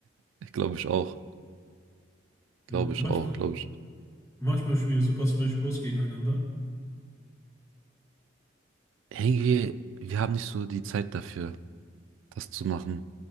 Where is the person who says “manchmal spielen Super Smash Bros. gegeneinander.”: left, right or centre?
Left